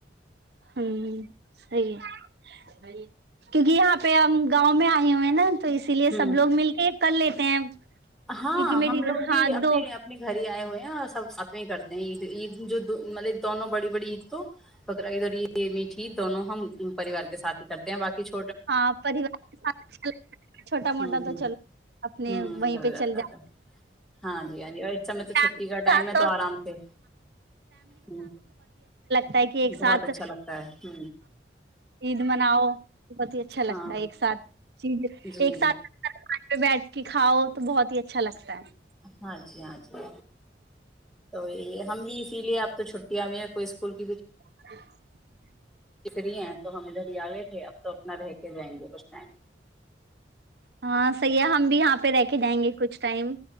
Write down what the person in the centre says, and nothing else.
ہوں
ہاں
ہم لوگ
بھی اپنے
اپنے گھر ہی آئے ہوئے ہیں سب سات میں ہی کرتے ہیں عید عید جو مطلب دونوں بڑی بڑی عید تو بکرا عید اور یہ میٹھی دونوں ہم پریوار کے سات ہی کرتے ہیں باقی جو
ہوں
ہوں
ہوں
چل
ہاں
جی ہاں جی اور اس سمے تو
چھٹی کا
ٹم
ہے تو آرام سے ہ
بہت اچھا لگتا ہے
ہاں
جی
ہاں جی ہاں جی تو یہ ہم بھی اسی لیے اب تو چھوٹیں بھی ہے کوئی اسکول کی بھی
فیری ہیں تو ہم ادھر آگے اب تو اپنا رہ کے جائیں گے کچھ ٹائم